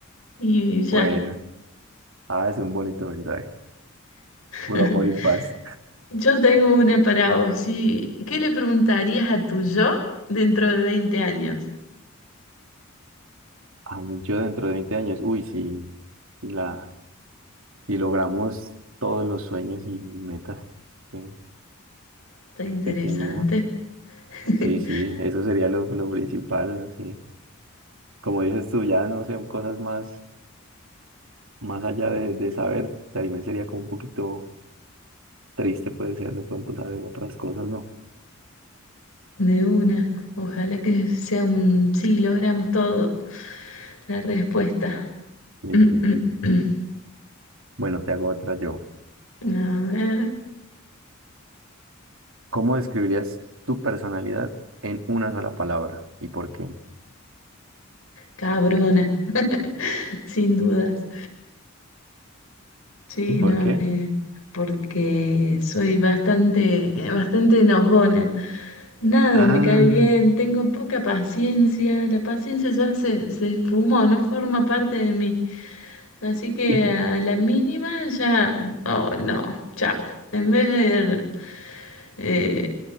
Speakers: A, on the left (about 75°); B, on the right (about 70°).
A: y ya.
B: Bueno. Ah, es un bonito mensaje. Puro
A: <laughs>
B: amor y paz.
A: Yo tengo una para vos. sí. ¿Qué le preguntarías a tu yo dentro de veinte años?
B: A mí yo dentro de 20 años, uy, sí, y la, si logramos todos los sueños y metas que,
A: Está interesante.
B: que teníamos.
A: <laughs>
B: Sí, sí, eso sería lo, lo principal, ¿no? sí. Como dices tú, ya no sé, cosas más, más allá de, de saber, también sería como un poquito triste puede ser de pronto saber otras cosas, ¿no?
A: De una. Ojalá que sea un sí, logramos todo. La respuesta.
B: Sí, sí,
A: <clears throat>
B: sí. Bueno, te hago otra yo.
A: A ver,
B: ¿Cómo describirías tu personalidad en una sola palabra? ¿Y por qué?
A: cabrona, <laughs> sin dudas. Sí,
B: ¿Y por
A: no,
B: qué?
A: eh, porque soy bastante, eh, bastante enojona. Nada,
B: Ah,
A: me cae bien, tengo poca paciencia, la paciencia ya se, se esfumó, no forma parte de mí. Así que
B: <laughs>
A: a la mínima ya, oh no, chao. En vez de Eh,